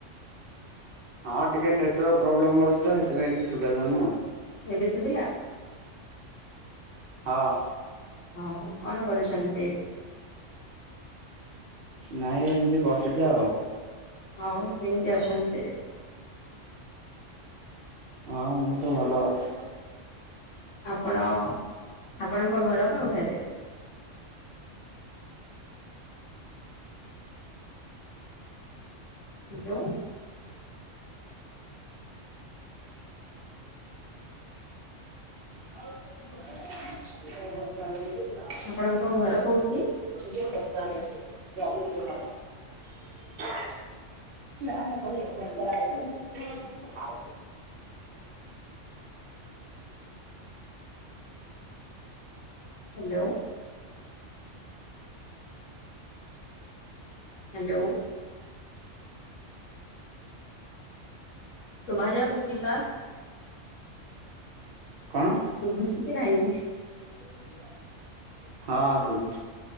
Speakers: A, on the right (about 55°); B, on the left (about 80°).
A: ହଁ ଟିକେ ନେଟୱାର୍କ ପ୍ରୋବ୍ଲେମ ରହୁଛି, ତ ସେଥିପାଇଁ ଟିକେ ସୁବିଧା ହଉନି ଆଉ।
B: ଏବେ ଶୁଭିଲା
A: ହଁ
B: ହଁ। କଣ କରୁଛନ୍ତି?
A: ନାଇଁ ଏମିତି ବସିଛି ଆଉ।
B: ହଉ କେମିତି ଅଛନ୍ତି ଟେ
A: ହଁ ମୁଁ ତ ଭଲ ଅଛି।
B: ଆପଣ ଆପଣଙ୍କ ଘର କୋଉଠାରେ? ହ୍ୟାଲୋ।
A: ହ ବଷ
B: ଆପଣଙ୍କ ଘର କୋଉଠି?
A: <unintelligible> <unintelligible>
B: ହ୍ୟାଲୋ। ହ୍ୟାଲୋ। ଶଭ ଯାଉଙ୍ଗି କି ସାର୍?
A: କଣ?
B: ଶୁଭୁଛି କି ନାହିଁ?
A: <unintelligible> ହଁ ସବୁଛି।